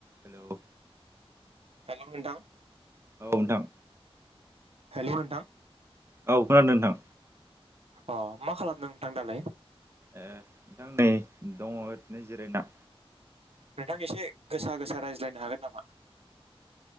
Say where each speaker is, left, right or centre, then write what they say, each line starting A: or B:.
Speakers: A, on the right; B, on the right.
A: हेल
B: हेल नोंथां
A: औ नोंथां
B: हेल नोंथां
A: औ खोनादों नोंथां
B: अ मा खालामदों नोंथां दालाय
A: ए नोंथां नै दङ ओरैनो जिरायना
B: नोंथां एसे गोसा गोसा रायज्लायनो हागोन नामा